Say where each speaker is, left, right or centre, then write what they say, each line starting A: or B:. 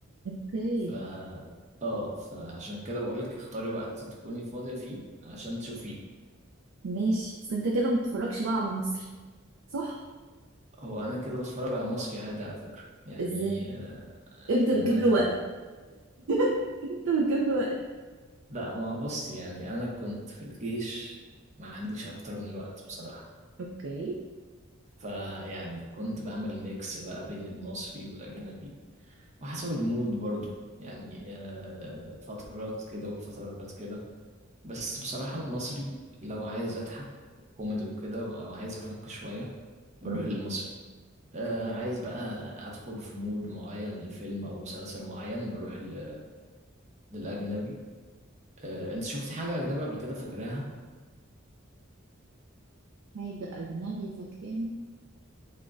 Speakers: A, on the right; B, on the right.
A: اوكي
B: ف اه فعشان كده بقول لك اختاري وقت تكوني فاضية فيه عشان تشوفيه
A: ماشي بس انت كده ما بتتفرجش بقى على مصري صح
B: هو انا كده بتفرج على مصري عادي على فكرة يعني
A: ازاي
B: آه...
A: امتى
B: <laughs> آه،
A: بتجيب له وقت <laughs> امتى بتجيب له وقت
B: لا ما هو بص يعني انا كنت في الجيش ما عنديش اكتر من الوقت بصراحة
A: اوكي
B: فيعني كنت بعمل ميكس بقى بين المصري والاجنبي وحسب المود برضو يعني آه... فترات كده وفترات كده بس بصراحة المصري لو عايز اضحك كوميدي وكده او عايز افك شوية بروح
A: مم.
B: للمصري آه عايز بقى ادخل في مود معين لفيلم او مسلسل معين بروح ل... للاجنبي آه انت شفتي حاجه اجنبي قبل كده فاكراها
A: حاجة أجنبي فاكراها